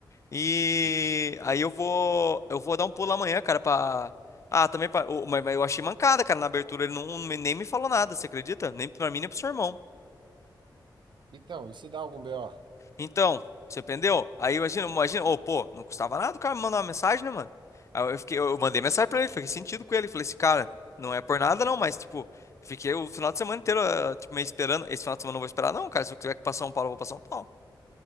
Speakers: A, on the left; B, on the right.
A: E
B: hum.
A: aí eu vou, eu vou dar um pulo amanhã, cara, pra... Ah, também pra... o- Mas mas eu achei mancada, cara, na abertura, ele não, nem me falou nada, você acredita? Nem pra mim, nem pro seu irmão.
B: Então, e se dá algum B.O.?
A: Então, você entendeu? Aí imagina, imagina, ô, pô, não custava nada o cara me mandar uma mensagem, né, mano? Aí eu fiquei, eu mandei mensagem pra ele, fiquei sentido com ele, falei assim, cara, não é por nada não, mas tipo, fiquei o final de semana inteiro, ah, tipo, meio esperando, esse final de semana eu não vou esperar não, cara, se eu tiver que ir pra São Paulo, eu vou pra São Paulo.